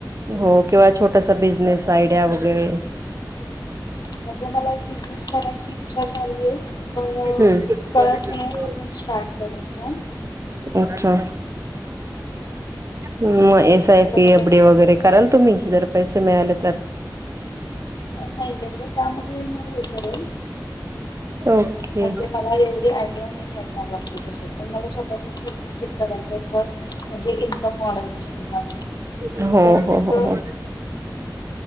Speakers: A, on the right (about 40°); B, on the left (about 65°).
A: हो किंवा छोटासा बिझनेस आयडिया वगैरे.
B: म्हणजे मला एक बिझनेस करायची इच्छा झालीय ब
A: हम्म.
B: कळत नाही कुठून स्टार्ट करायचं.
A: अच्छा! ह एस आय
B: तर
A: पी एफडी
B: अं,
A: वगैरे कराल तुम्ही जर पैसे मिळाले तर?
B: नाही एवढं त्यामध्ये नाहीय हे करेल.
A: ओके
B: म्हणजे मला एवढी आयडिया नाहीये. त्या बाबतीत पण मला स्वतःचाच बिझनेस करायच तर, डी म्हणजे इन्कम वाढवण्यासाठी. माझं
A: हो,
B: तर मग
A: हो हो हो.